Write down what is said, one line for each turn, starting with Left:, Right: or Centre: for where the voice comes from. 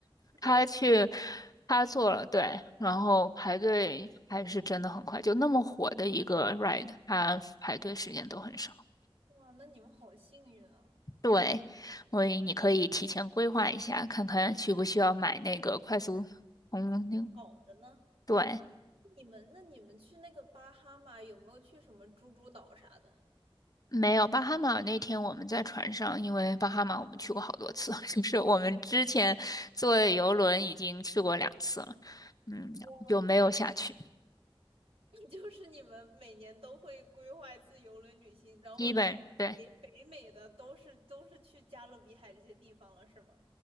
Left: 他去，
Right: 也不
Left: 他做了，对，然后排队还是真的很快，就那么火的一个 ride，他排队时间都很少。
Right: 哇，那你们好幸运啊！
Left: 对，所以你可以提前规划一下，看看需不需要买那个快速通灵。
Right: 好的呢，
Left: 对，
Right: 你们那你们去那个巴哈马有没有去什么猪猪岛啥的？
Left: 没有巴哈马那天我们在船上，因为巴哈马我们去过好多次，<laughs> 就是我们之前坐游轮已经去过两次了，
Right: <laughs> 哦，
Left: 嗯，
Right: 哇！
Left: 就没有下去，
Right: <laughs> 就是你们每年都会规划一次游轮旅行，然后呢，
Left: 基本对。
Right: 北北美的都是都是去加勒比海这些地方了，是吗？